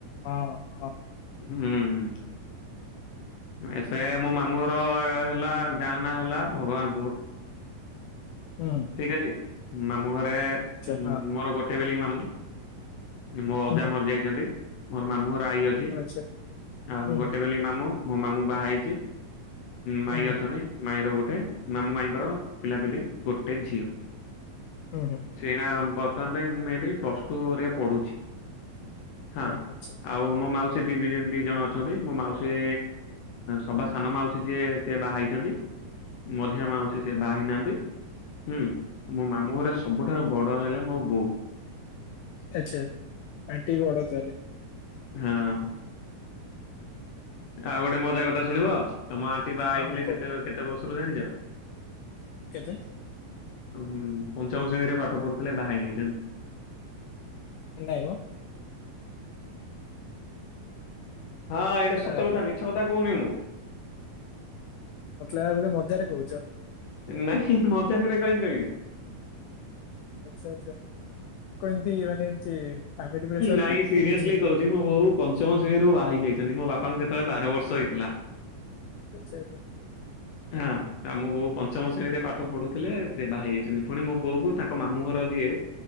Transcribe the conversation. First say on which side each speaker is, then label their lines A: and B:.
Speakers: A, on the left; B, on the left.
A: ହଁ ହଁ।
B: ହୁଁ। ଏସେ ମୋ ମାମୁଁ ଘର ହେଲା ଗାଁ ନାଁ ହେଲା ଭଗବାନପୁର।
A: ହୁଁଁ।
B: ଠିକ ଅଛି ମାମୁଁ ଘରେ
A: ହଁ
B: ମୋର ଗୋଟେ ବଲିକି ମାମୁଁ। ମୋ ଅଜା
A: ହୁଁ
B: ମରିଯାଇଛନ୍ତି ମୋର ମାମୁଁଘର ଆଈ ଅ
A: ହୁଁ ଆଚ୍ଛା
B: ଆଉ
A: ହୁଁ
B: ଗୋଟେ
A: ହୁଁ
B: ବଲି ମାମୁଁ। ମୋ ମାମୁଁ ବାହା ହେଇଛି, ମାଇ
A: ହୁଁ
B: ଅଛନ୍ତି। ମାଇଁ ର ଗୋଟେ। ମାମୁଁ ମାଇଁଙ୍କର ପିଲାପିଲି ଗୋଟେ ଝିଅ।
A: ହୁଁ ହୁଁ।
B: ସେ ଏଇନା ବର୍ତ୍ତମାନ ପାଇଁ ମେ ବି ପ୍ଲସ ଟୁ ହରିଆ ପଢୁଛି।
A: ହୁଁ
B: ହଁ
A: ଆଚ୍ଛା
B: ଆଉ ମୋ ମାଉସୀ
A: ହୁଁ
B: ବି ଦି, ଦି ଜଣ ଅଛ ଛନ୍ତି। ମୋ ମାଉସୀ, ସବା ସାନ ମାଉସୀ ଯିଏ ସିଏ ବାହା ହେଇଛନ୍ତି। ମଝିଆଁ
A: ହୁଁ
B: ମାଉସି ସେ ବାହା ହେଇନାହାନ୍ତି। ହୁଁ ମୋ ମାମୁଁ ଘରେ ସବୁଠାରୁ ବଡ ହେଲେ ମୋ ବୋଉ।
A: ଆଚ୍ଛା ଆଣ୍ଟି ବଡ ତା ହେଲେ?
B: ହାଁ। ଆଉ ଗୋଟେ ମଜା କଥା ଶୁଣିବ? ତମ ଆଣ୍ଟି ବାହା
A: ହଁ
B: ହେଇଥିଲେ
A: ହଁ କୁହ
B: କେତେ,
A: କୁହ
B: କେତେ ବର୍ଷରୁ ଜାଣିଛ?
A: କେତେ?
B: ହୁଁ ପଞ୍ଚମ ଶ୍ରେଣୀରେ ପାଠ ପଢୁଥିଲେ ବାହା ହେଇ ଯାଇଛନ୍ତି।
A: ନାଇଁ ମ।
B: ହଁ ଏଇଟା ସତ
A: ଆରେ
B: କଥା ମିଛ କଥା କହୁନି ମୁଁ।
A: ମୋଦେ ଲାଗିଲା ବୋଧେ ମଜାରେ କହୁଛ।
B: ନାଇଁ ମଜାକରେ କାଇଁ କହିବି?
A: ଆଛା ଆଚ୍ଛା କଣ ଏମିତି, ମାନେ ଏମିତି ଫ୍ୟାମିଲ ପ୍ରେସର
B: ନାଇଁ
A: ନା ଏମିତି
B: ସିରିୟସଲି
A: କିଛି
B: କହୁଛି ମୋ ବୋଉ ପଞ୍ଚମ ଶ୍ରେଣୀରୁ ବାହା ହେଇକି ଆଇଛନ୍ତି ମୋ ବାପାଙ୍କୁ ସେତେବେଳେ ବାର ବର୍ଷ ହେଇଥିଲା।
A: ଆଛା ଆଛା।
B: ହାଁ ମୋ ବୋଉ ପଞ୍ଚମ ଶ୍ରେଣୀରେ ପାଠ ପଢୁଥିଲେ ସିଏ ବାହା ହେଇ ଯାଇଛନ୍ତି। ପୁଣି ମୋ ବୋଉକୁ ତାଙ୍କ ମାମୁଁ ଘର ଯିଏ